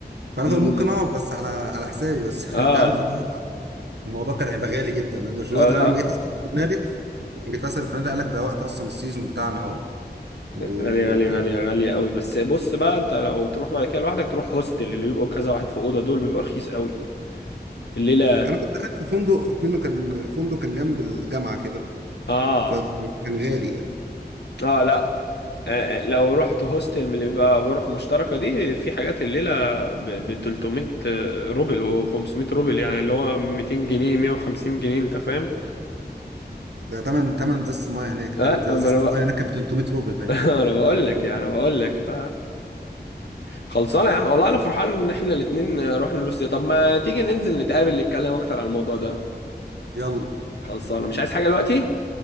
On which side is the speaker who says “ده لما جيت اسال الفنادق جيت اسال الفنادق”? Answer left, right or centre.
Right